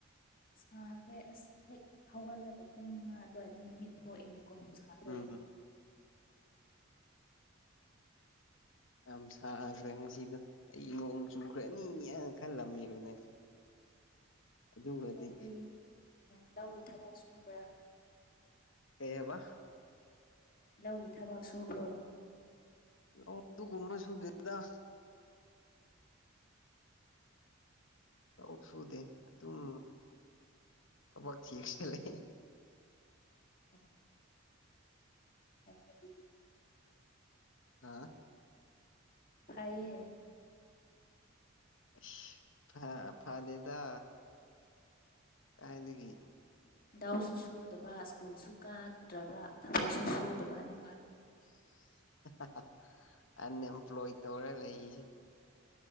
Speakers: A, on the left; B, on the left.
A: ꯁꯥꯒ꯭ꯔꯦ ꯑꯁ ꯍꯦꯛ ꯍꯧꯒꯠꯂꯒ ꯄꯨꯡ ꯃꯉꯥ ꯑꯗꯨꯋꯥꯏꯗ ꯅꯨꯃꯤꯠ ꯊꯣꯛꯑꯦ ꯅꯦꯀꯣ ꯅꯨꯡꯁꯥ ꯊꯣꯛꯑꯦ
B: ꯎꯝ ꯌꯥꯝ ꯁꯥꯒ꯭ꯔꯦ ꯉꯁꯤꯗꯣ ꯑꯩ ꯅꯣꯡ ꯆꯨꯈ꯭ꯔꯥꯅꯤ ꯍꯥꯏꯅ ꯈꯜꯂꯝꯃꯤꯕꯅꯦ ꯑꯗꯨꯒꯗꯤ
A: ꯑꯗꯣ ꯅꯣꯏꯗꯤ <unintelligible> ꯒꯤ ꯊꯕꯥꯛ ꯁꯨꯕ꯭ꯔꯥ
B: ꯀꯩ ꯑꯕ
A: ꯂꯧꯒꯤ ꯊꯕꯛ ꯁꯨꯕ꯭ꯔꯣ
B: ꯂꯧ ꯑꯗꯨꯒꯨꯝꯕ ꯁꯨꯨꯗꯦꯗ ꯂꯧ ꯁꯨꯗꯦ ꯑꯗꯨꯝ ꯊꯕꯛ ꯊꯤꯔꯒ ꯂꯩ
A: <inaudible> ꯐꯩꯅꯦ ꯑꯗꯨꯗꯤ
B: ꯅꯥ
A: ꯐꯩꯌꯦ
B: ꯑꯩꯁ ꯐꯥ ꯐꯥꯗꯦꯗ ꯀꯥꯏꯗꯒꯤ
A: ꯗꯧꯁꯨ ꯁꯨꯗꯕ ꯁ꯭ꯀꯨꯜꯁꯨ ꯀꯥꯗ꯭ꯔꯕ ꯊꯕꯛꯁꯨ ꯁꯨꯗꯕ ꯅꯨꯡꯉꯥꯏ
B: ꯑꯁ ꯑꯦꯟꯑꯦꯝꯄ꯭ꯂꯣꯏ ꯇꯧꯔ ꯂꯩꯌꯤꯁꯤ